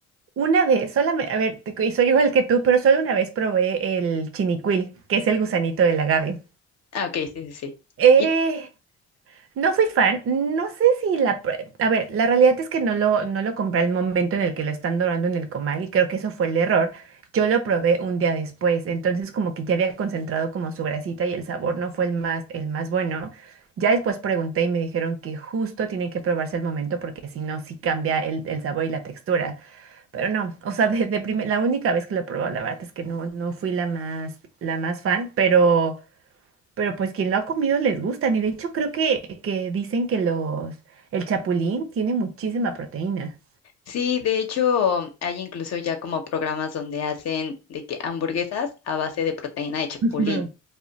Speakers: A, on the right (about 45°); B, on the left (about 60°).
A: Una vez, solamente, a ver, te- y soy igual que tú, pero solo una vez probé el chinicuil, que es el gusanito del agave.
B: Ah, ok, sí, sí, sí.
A: Eh,
B: Y
A: no fui fan, no sé si la... pr- A ver, la realidad es que no lo, no lo compré al momento en el que lo están dorando en el comal y creo que eso fue el error. Yo lo probé un día después, entonces como que ya había concentrado como su grasita y el sabor no fue el más, el más bueno. Ya después pregunté y me dijeron que justo tienen que probarse al momento porque si no, sí cambia el el sabor y la textura. Pero no, o sea, desde la única vez que lo he probado, la verdad es que no, no fui la más, la más fan, pero, pero pues quien lo ha comido les gustan. Y de hecho creo que, que dicen que los, el chapulín tiene muchísima proteína.
B: sí, de hecho, hay incluso ya como programas donde hacen de que hamburguesas a base de proteína de chapulín.
A: Ujú,